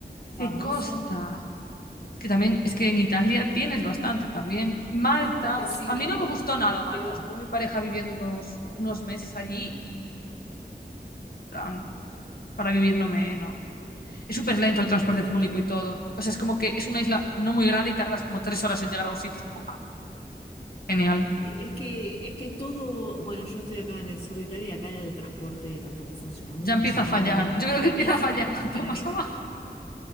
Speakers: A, on the left; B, on the left.
A: de
B: famoso?
A: costa. Es que también, es que en Italia tienes bastante también. Malta,
B: Ay, sí,
A: a
B: no.
A: mí no me gustó nada Malta.
B: Pero
A: Estuvo mi pareja viviendo unos, unos meses allí y plan, para vivir no me... No. Es súper lento el
B: no
A: transporte
B: te gustó.
A: público y todo. O sea, es como que es una
B: Ay,
A: isla no muy grande y tardas como tres horas en llegar a un sitio. Es como, ah, genial.
B: Eh, Es que, es que todo, bueno, yo estoy acá en el sur de Italia y acá el transporte tampoco funciona mucho.
A: Ya empieza a fallar.
B: Eh,
A: Yo
B: para
A: creo que empieza
B: mí es,
A: a fallar <laughs> cuanto
B: para
A: más
B: mí es,
A: abajo.